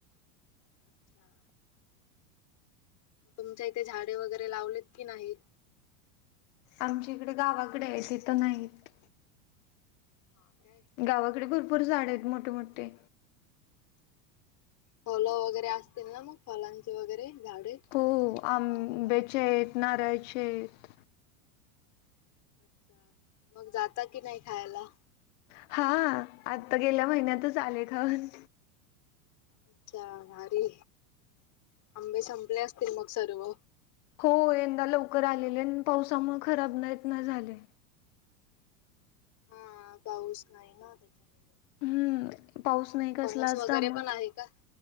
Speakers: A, on the left; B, on the left.
A: अच्छा मग तुमच्या इथे झाडे वगैरे लावलेत की नाहीत?
B: आमच्या इकडे गावाकडे आहे तिथ नाहीत.
A: हा काय
B: गावाकडे भरपूर झाड आहेत मोठे मोठे.
A: फलं वगैरे असतील ना मग फलांचे वगैरे झाडे
B: हो आंब्याचे
A: गावाला?
B: आहेत, नारळाचे आहेत.
A: अच्छा मग जाता कि नाही खायला?
B: हा आता गेल्या महिन्यातच आले खाऊन.
A: अच्छा भारी. आंबे संपले असतील मग सर्व?
B: हो, यंदा लवकर आलेले, पावसामुळे खराब नाहीत ना झाले.
A: हा, पाऊस नाही ना त्याच्यामुळे.
B: हम, पाऊस नाही कसला
A: फणस वगैरे
B: असता म
A: पण आहे का?